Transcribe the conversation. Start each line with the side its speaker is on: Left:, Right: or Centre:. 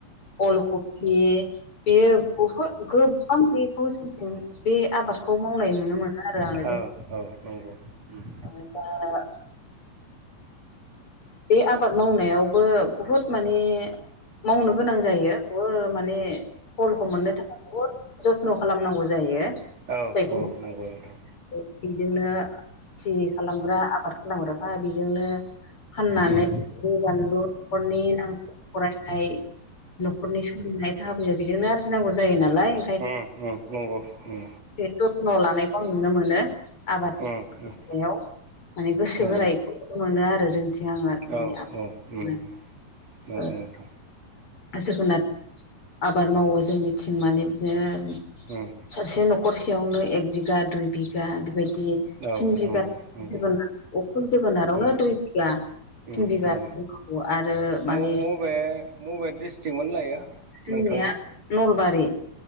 Left: अल कपि बेयो बहुद गोबां बेखौ जोंजों बे आबादखौ मावनाय नुनो मोनो आरो आंङो
Right: औ
Left: जों
Right: औ नंगौ उम
Left: <unintelligible> बे आबाद मावनायावबो बुहुद माने मावनो गोनां जायो। बहु माने फलखौ मोननो थाखाय बुहुद जथ्न' खालामनांगौ जायो। <unintelligible>
Right: औ औ नंगौ नोंथां
Left: बिजोंनो खेथि खालामग्रा आबाद खालामग्राफ्रा बेजोंनो फाननानै
Right: उम उम
Left: बानलु'खरनि नां फरायनाय न'खरनि सोलिनाय थाखा फैसा बेजोंनो आरजिनांगौ जायो नालाय
Right: उम उम नंगौ उम
Left: बे जथ्न' लानायखौ आं नुनो मोनो। आबाद मावनायाव
Right: उम उम
Left: माने गोसो
Right: नंगौ
Left: होनायखौ नुनोमोनो आरो जों <unintelligible> जोगोनार
Right: औ औ उम नंगौ नोंथां
Left: आबाद मावो जों मिथिं माने बिदिनो
Right: उम
Left: सासे न'खरसेयावनो एक बिगा दुइ बिगा बेबायदि
Right: औ
Left: थिन बिगा
Right: नंगौ नंगौ
Left: जोगोनार अखल जोगोनारावनो
Right: उम
Left: दुइ बिगा
Right: उम
Left: थिन
Right: उम
Left: मावो आरो माने
Right: मबे मबे डिस्ट्रिकमोन लायो?
Left: जोंनिया
Right: नोंथांना
Left: नलबारि